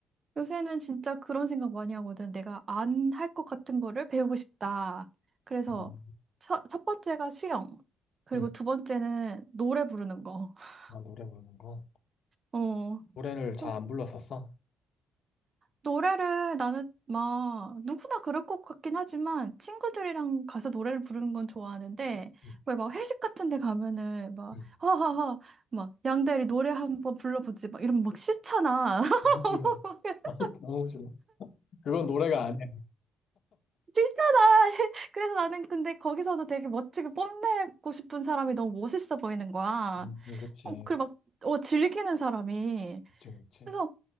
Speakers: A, on the right; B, on the left.
A: 요새는 진짜 그런 생각 많이 하거든. 내가 안 할 것 같은 거를 배우고 싶다. 그래서
B: 어,
A: 첫, 첫 번째가 수영. 그리고
B: 음.
A: 두 번째는 노래 부르는 거. <laughs>
B: 아, 노래 부르는 거.
A: 어.
B: 노래를 잘
A: 그
B: 안 불렀었어?
A: 노래를 나는 막 누구나 그럴 것 같긴 하지만 친구들이랑 가서 노래를 부르는 건 좋아하는데
B: 음,
A: 왜 막 회식 같은 데 가면은 막
B: 음.
A: 허허허 막 양대리 노래 한번 불러보지 막 이러면 막 싫잖아. <laughs>
B: 너무 싫어. <laughs> 너무 싫어. 그건 노래가 아니야.
A: 싫잖아. <laughs> 그래서 나는 근데 거기서도 되게 멋지게 뽐내고 싶은 사람이 너무 멋있어 보이는 거야.
B: 음, 그치.
A: 어, 그리고 막, 어, 즐기는 사람이.
B: 그치, 그치.
A: 그래서,